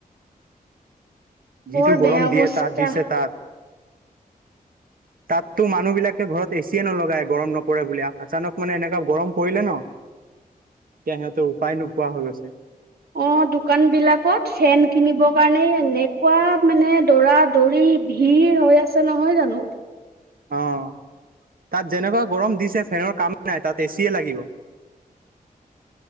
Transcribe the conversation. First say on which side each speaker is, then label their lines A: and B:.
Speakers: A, on the right; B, on the right.
A: যিটো
B: বৰ বেয়া
A: গৰম দিয়ে
B: অৱস্থা
A: তাত দিছে তাত। তাততো মানুহ বিলাকে ঘৰত এচিয়ে নলগাই গৰম নপৰে বুলি আচানক মানে এনেকুৱা গৰম পৰিলে ন'।
B: <unintelligible>
A: এতিয়া সিহঁতৰ উপায় নোপোৱা হৈ গৈছে।
B: অ', দোকান বিলাকত ফেন কিনিবৰ কাৰণে এনেকুৱা মানে দৰা দৌৰি ভিৰ হৈ আছে নহয় জানো।
A: অ', তাত যেনেকুৱা গৰম দিছে ফেনৰ কামেই নাই তাত এচিয়ে লাগিব।